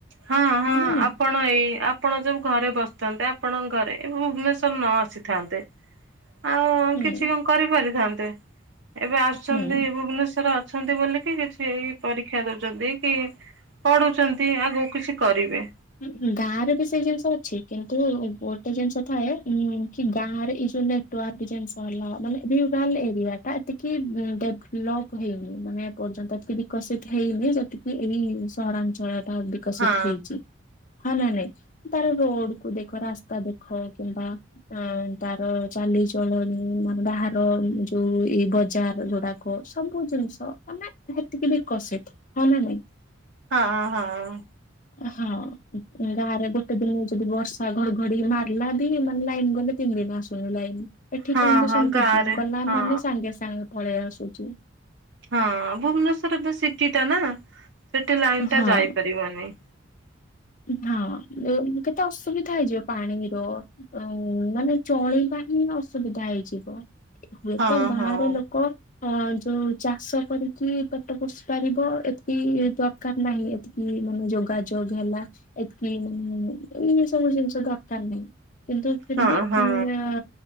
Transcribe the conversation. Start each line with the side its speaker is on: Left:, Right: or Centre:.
Right: ହଁ ହଁ
Left: ନା ନାଇଁ
Right: ଆପଣ ଏଇ ଆ ଆପଣ ଯୋଉ ଘରେ ବସିଥାନ୍ତେ ଆପଣଙ୍କ ଘରେ ଭୁବନେଶ୍ଵର ନ ଆସିଥାନ୍ତେ ଆଉ
Left: ହୁଁ
Right: କିଛି କରିପାରିଥାନ୍ତେ? ଏବେ ଆସୁଛନ୍ତି
Left: ହୁଁ।
Right: ଭୁବନେଶ୍ବର। ଆସୁଛନ୍ତି ବୋଲିକି କିଛିଇ ପରୀକ୍ଷା ଦଉଛନ୍ତି କି ପଢ଼ୁଛନ୍ତି ଆଗ କିଛି କରିବେ।
Left: ଉ ହୁଁ ଗାଁ ରେ ବି ସେଇ ଜିନିଷ ଅଛି କିନ୍ତୁ ଗୋଟେ ଜିନିଷ ଥାଏ ଉ କି ଗାଁ ରେ ଏଇସବୁ ନେ ଟ ୱର୍କ ଜିନିଷ ହେଲା ମାନେ ଏରିଆ ଟା ଏତିକି ଡେଭଲପ ହେଇନି ମାନେ ପର୍ଯ୍ୟନ୍ତ ଏତିକି ବିକଶିତ ହେଇନି ଯେତିକି ଏଇ ସହରାଞ୍ଚଳ ଟା ବିକଶିତ
Right: ହଁ
Left: ହେଇଚି। ହଁ ନା ନାଇଁ ତାର ରୋଡ କୁ ଦେଖ ରାସ୍ତା ଦେଖ କିମ୍ବା ହଁ ତାର ଚାଲିଚଳଣି ମାନେ ବାହାର ଯୋଉ ଏଇ ବଜାର ଗୁଡ଼ାକ କ ସବୁ ଜିନିଷ ମାନେ ହେତିକି ବିକଷିତ ହଁ ନା ନାଇଁ?
Right: ହଁ ହଁ।
Left: ହଁ ଗାଁରେ ଗୋଟେ ଦିନ ଯଦି ବର୍ଷା ଘଡ଼ଘଡି଼ ମାରିଲା ମାନେ ଲାଇନ୍ ଗଲେ ତିନି ଦିନ ଆସୁନି ଲାଇନ। ଏଠି
Right: ହଁ
Left: କହନ୍ତୁ
Right: ହଁ
Left: ସେମତି
Right: ଗାଁରେ
Left: କି ଗଲା
Right: ହଁ।
Left: ମାନେ ସାଙ୍ଗେ ସାଙ୍ଗେ ପଳେଇ ଆସୁଚି।
Right: ହଁ ଭୁବନେଶ୍ୱର ସିଟି ଟା ନା ସେଠି ଲାଇନ
Left: ହଁ
Right: ଟା ଯାଇପାରିବନି।
Left: ହଁ କେତେ ଅସୁବିଧା ହେଇଯିବ ପାଣିର। ଅ ମାନେ ଚଳିବା ହିଁ ଅସୁବିଧା ହେଇଯିବ। ହୁଏତ
Right: ହଁ
Left: ଗାଁରେ
Right: ହଁ।
Left: ଲୋକ ହଁ ଯୋଉ ଚାଷ କରିକି ପେଟ ପୋଷି ପାରିବ ଏତ୍କି ଦରକାର ନାହିଁ। ଉଁ ଯୋଗାଯୋଗ ହେଲା ଏତ୍କି ମାନେ ଏ ସବୁ ଜିନିଷ ଦରକାର ନାହିଁ। କିନ୍ତୁ ଫିର୍
Right: ହଁ
Left: ବି
Right: ହଁ
Left: ଉଁ ଆ